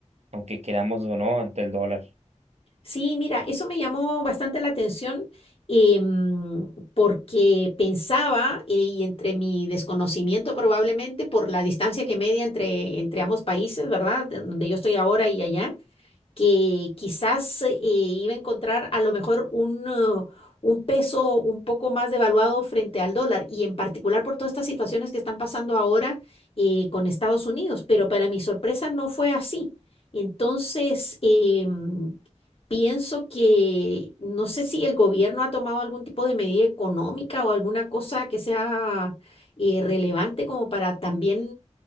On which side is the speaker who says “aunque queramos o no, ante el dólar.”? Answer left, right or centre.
Right